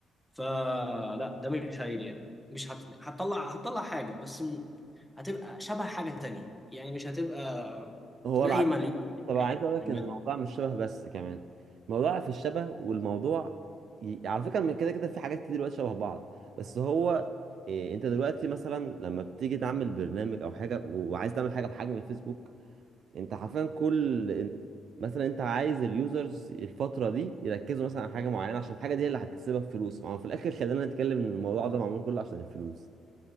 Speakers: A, in the centre; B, on the right.
A: فلا ده مش هيليق مش هت... هتطلع هتطلع حاجة بس م- هتبقى شبه حاجة تانية يعني مش هتبقى
B: هو
A: زي
B: العلاقه
A: ما اليوم
B: طبعا عايز اقول لك
A: بيعمله
B: ان الموضوع مش شبه بس كمان الموضوع في الشبه والموضوع ي... على فكره من كده كده في حاجات كتير دلوقتي شبه بعض بس هو إيه انت دلوقتي مثلا لما بتيجي تعمل برنامج او حاجه و- وعايز تعمل حاجه بحجم الفيسبوك انت حرفيا كل انت مثلا انت عايز اليوزرز الفتره دي يركزوا مثلا على حاجه معينه عشان الحاجه دي هي اللي هتكسبك فلوس ما هو في الاخر خلينا نتكلم ان الموضوع ده معمول كله عشان الفلوس